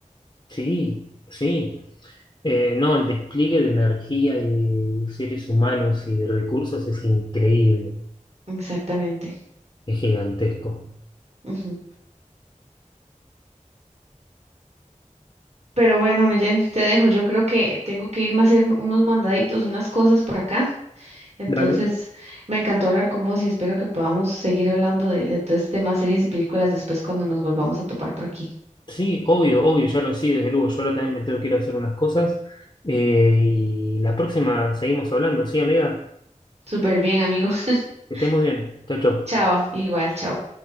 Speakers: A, on the left; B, on the right.
A: Sí, sí. Eh, no, el despliegue de energía y de seres humanos y de recursos es increíble,
B: Exactamente.
A: es gigantesco.
B: ujú. Pero bueno, Neyen, te dejo. Yo creo que tengo que irme a hacer unos mandaditos, unas cosas por acá. Entonces,
A: Dale.
B: me encantó hablar con vos y espero que podamos seguir hablando de, de todo este tema, series y películas después cuando nos volvamos a topar por aquí.
A: Sí, obvio, obvio, ya lo sí, desde luego. Yo ahora también me tengo que ir a hacer unas cosas. Eh, y la próxima seguimos hablando, ¿sí, amiga?
B: Súper bien, amigo. <laughs>
A: Que estemos bien. Chao, chao.
B: Chao, igual, chao.